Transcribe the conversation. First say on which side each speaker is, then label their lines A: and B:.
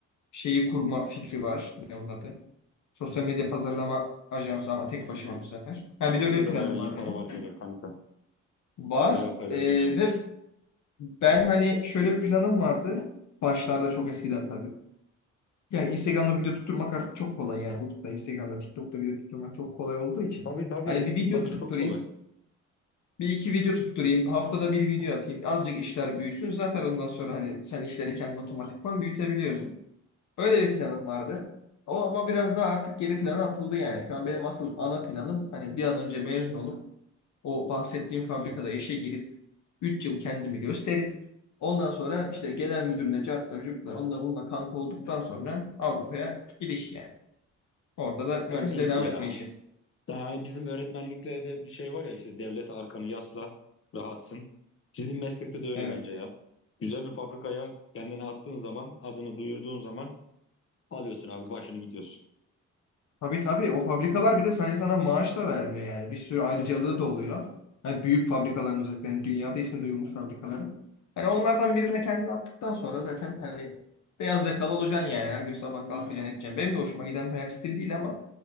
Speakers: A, on the left; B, on the left.
A: şeyi kurma fikri var. Ne onun adı? Sosyal medya pazarlama ajansı ama tek başıma bu sefer. Ha
B: o
A: bir de öyle
B: işte
A: bir
B: de
A: planım
B: bayağı iyi
A: var
B: para
A: benim.
B: var diyorlar kanka.
A: Var.
B: Bayağı paralar
A: Ee,
B: dönüyormuş.
A: ve ben hani şöyle bir planım vardı. Başlarda çok eskiden tabii. Yani Instagram'da video tutturmak artık çok kolay yani. YouTube'da, Instagram'da, TikTok'ta video tutturmak çok kolay olduğu için.
B: Tabii tabii.
A: Hani bir video
B: Tabii
A: tutturayım.
B: çok kolay.
A: Bir iki video tutturayım. Haftada bir video atayım. Azıcık işler büyüsün. Zaten ondan sonra hani sen işleri kendin otomatikman büyütebiliyorsun. Öyle bir planım vardı. O ama biraz daha artık geri plana atıldı yani. Şu an benim asıl ana planım hani bir an önce mezun olup o bahsettiğim fabrikada işe girip 3 yıl kendimi gösterip ondan sonra işte genel müdürle, cartla, curtla onunla bununla kanka olduktan sonra Avrupa'ya gidiş yani. Orada da mühendisliğe
B: En iyisi
A: devam
B: ya.
A: etme işi.
B: Yani hani bizim öğretmenlikte de bir şey var ya işte devlete arkanı yasla rahatsın. Sizin meslekte de öyle
A: Evet.
B: bence ya. Güzel bir fabrikaya kendini attığın zaman, adını duyurduğun zaman alıyorsun abi başını gidiyorsun.
A: Tabii tabii o fabrikalar bir de sadece sana maaş da vermiyor yani. Bir sürü ayrıcalığı da oluyor. Hani büyük fabrikaların özellikle hani dünyada ismi duyulmuş fabrikaların. Hani onlardan birine kendini attıktan sonra zaten hani beyaz yakalı olacaksın yani. Her gün sabah kalkacaksın edeceksin. Benim de hoşuma giden bir hayat stili değil ama